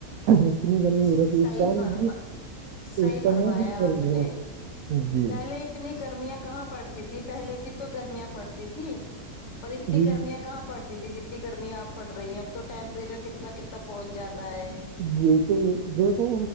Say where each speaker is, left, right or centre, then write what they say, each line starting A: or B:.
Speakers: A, on the right (about 70°); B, on the left (about 50°).
A: اتنی گرمی ہو رہی
B: صحیح
A: تھی اس ٹائم
B: فرما
A: بھی
B: صحیح
A: اس سمے
B: فرمایا
A: بھی گر
B: آپ
A: ہے
B: نے
A: جی
B: پہلے اتنی گرمیاں کہاں پڑتی تھھی پہلے بھی تو گرمیاں پڑتی تھھی پر اتنی
A: جی
B: گرمیاں کہاں پڑتی تھی جتنی گرمی آپ پڑ رہی ہے اب تو ٹیمپریچر کتنا کتنا پہنچ جاتا ہے
A: جی تو دیکھو